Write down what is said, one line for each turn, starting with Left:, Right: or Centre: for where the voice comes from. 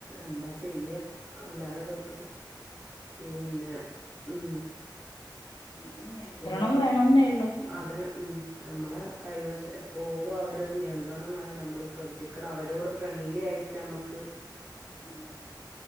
Right: എന്താ ചെയ്യാ അല്ലാരെ തൊട്ടും പിന്നെ ഉം
Left: ഒരു നിയന്ത്രണം
Right: സ്കൂൾല്
Left: വേണംന്നേ ഉള്ളൂ
Right: അതെ ഉം ഞമ്മളെ കൈവശം എപ്പോളും അവരെ ഒരു നിയന്ത്രണം വേണം ഞമ്മള് ശ്രദ്ധി ക്കണം അവരോട് ഫ്രണ്ട്ലി ആയിട്ട് ഞമ്മക്ക്
Left: ഉം ഉം